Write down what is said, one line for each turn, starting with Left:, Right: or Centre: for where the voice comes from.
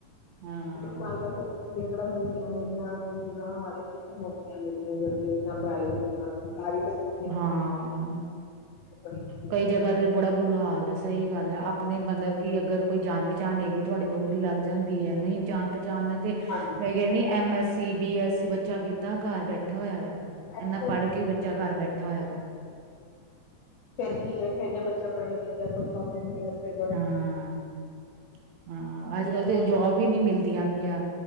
Right: ਹਾਂ।
Left: ਸਰਕਾਰ ਕੋਲ ਨੌਕਰੀਆਂ ਕਿਹੜਾ ਮਿਲਦੀਆਂ ਨੇ, ਇਸ ਬੁਰਾ ਹਾਲ ਕਿੱਥੇ ਨੌਕਰੀਆਂ ਮਿਲਦੀਆਂ ਜਾਂਦੀਆਂ ਇਨਾ ਪ੍ਰਾਈਵੇਟ ਤਾਂ ਹੀ ਤਾਂ ਕਹਿ ਰਹੀ ਆਂ <unintelligible>
Right: ਹਾਂ
Left: <unintelligible>
Right: ਕਈ ਜਗ੍ਹਾ
Left: ਹੈ
Right: ਤੇ ਬੜਾ ਬੁਰਾ ਹਾਲ ਹੈ ਸਹੀ ਗੱਲ ਹੈ ਆਪਣੇ ਮਤਲਬ ਕਿ ਅਗਰ ਕੋਈ ਜਾਣ ਪਹਿਚਾਣ ਹੈਗੀ ਤੁਹਾਡੀ ਨੌਕਰੀ- ਨੌਕਰੀ ਲੱਗ ਜਾਂਦੀ ਹੈਏ ਨਹੀਂ ਜਾਣ ਪਹਿਚਾਣ- ਤੇ
Left: ਹਾਂਜੀ
Right: ਮੈਂ ਕਹਿੰਦੀ M S C, B S C ਬੱਚਾ ਕੀਤਾ ਘਰ ਬੈਠਾ ਹੋਇਆ ਵਾ
Left: ਬੈਠੇ
Right: ਇਨਾ
Left: ਬੈਠੇ
Right: ਪੜ੍ਹ ਕੇ, ਬੱਚਾ ਘਰ ਬੈਠਾ ਹੋਇਆ ਵਾ।
Left: ਫਿਰ ਕੀ ਏ ਫਿਰ ਜੇ ਬੱਚਾ ਪੜਿਆ ਲਿਖਿਆ ਕੋਈ ਕੰਮ ਨੀ ਮਿਲੇਗਾ ਤੇ ਫਿਰ ‌।
Right: ਹਾਂ ਹਾਂ ਅੱਜ ਕੱਲ
Left: ਇਹ ਨਾ
Right: ਤੇ
Left: ਹੁੰਦਾ
Right: ਜੋਬ। ਵੀ ਨੀ ਮਿਲਦੀਆਂ ਪਈਆਂ।